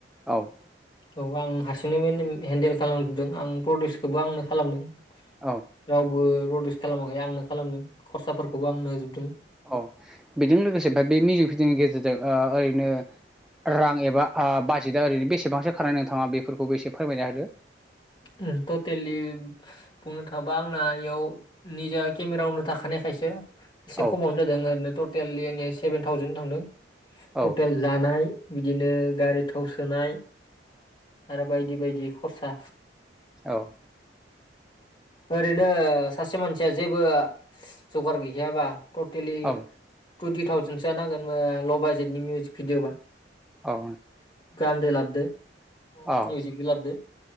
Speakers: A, in the centre; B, on the left.
A: औ।
B: औ आं हारसिंङै हेन्देल खालामथदों आं प्रडिउसखौबो आंनो खालामदों
A: औ
B: रावबो रडिस खालामाखै आंनो खालामदों खरसाफोरखौबो आंनो होजोबदों
A: औ बेजों लोगोसे बे बे मिउजिक भिडिअनि गेजेरजों ओ ओरैनो रां एबा आ बाजेटआ ओरैनो बेसेबांसो खारनाय नोंथांङा बेफोरखौबो एसे फोरमायना होदो।
B: उम टटेलि बुंनो थांङोबा आंना इयाव निजा केमेरावनो थाखाय खानाय खायसो। एसे
A: औ
B: खमावनो जादों ओरैनो टटेलै सेभेन थावजेन थांदों
A: औ
B: टटेल जानाय बिदिनो गारि थाव सोनाय आरो बायदि बायदि खरसा
A: औ।
B: ओरैनो सासे मानसिया जेबो जगार गैखायाबा। टटेलि
A: औ
B: टुइन्टि थावजेनसोआ नांगोन ओ ल' बाजेटनि मिउजिक भिडिअबा
A: औ
B: गान्दो लाबदो मिउजिकदो
A: औ
B: लाबदो।।